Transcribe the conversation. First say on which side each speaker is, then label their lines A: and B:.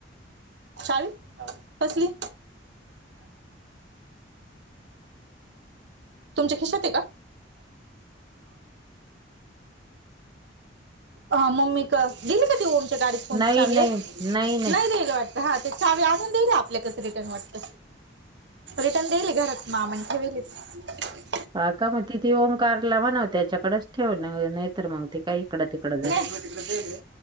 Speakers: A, on the right (about 65°); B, on the right (about 25°).
A: चावी कसली? तुमच्या खिशात आहे का? हा मम्मी क दिली का ते ओमच्या गाडीत कोणती
B: नाही
A: चावी
B: नाही
A: ये
B: नाही नाही
A: नाय देईल वाटत हा ते चावी आणून देईली आपल्याकच रिटर्न वाटतं. रिटर्न देईले घरात मामा नी ठेवलेत.
B: हा का मग ती ती ओमकारला म्हणाव ते त्याच्याकडेच ठेवलं नाय तर मग ते काय इकडं तिकडं जाय.
A: तुम्हाला तिकडं जाईले.